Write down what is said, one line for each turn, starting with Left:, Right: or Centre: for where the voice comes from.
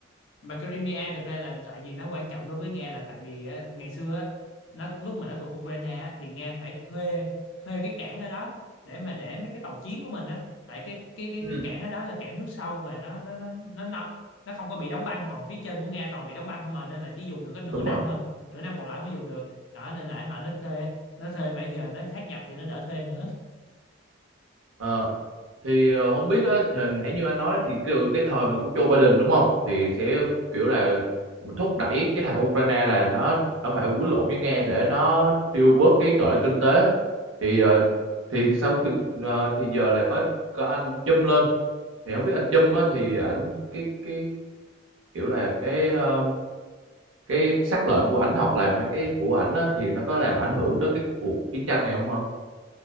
Left: mà thực ra là tại vì nó quan trọng đối với Nga là tại vì á, ngày xưa á, nó lúc mà nó thuộc Ukraine á, thì Nga phải thuê thuê cái cảng ở đó để mà để mấy cái tàu chiến của mình á tại cái cái cái
Right: Ừ.
Left: cái cảng ở đó là cảng nước sâu và nó nó nó nó nó, nó không có bị đóng băng còn phía trên của Nga toàn bị đóng băng không à nên là chỉ dùng được có nửa
Right: đúng
Left: năm
Right: rồi
Left: thôi nửa năm còn lại không có dùng được đó nên là họ nó thuê nó thuê mà giờ nó sát nhập thì nó đỡ thuê nữa
Right: Ờ. thì ờ, không biết á thì hồi nãy như anh nói thì kiểu cái thời mà của Joe Biden đúng không thì sẽ kiểu là mình thúc đẩy cái thằng Ukraine là nó nó phải quýnh lộn với Nga để nó tiêu bớt cái gọi là kinh tế thì ờ, thì sau khi ờ, thì giờ là có có anh Trump lên thì không biết anh Trump á thì ảnh cái cái kiểu là cái ờ, cái sắc lệnh của ảnh hoặc là mấy cái của ảnh á thì nó có làm ảnh hưởng tới cái cuộc chiến tranh này không hả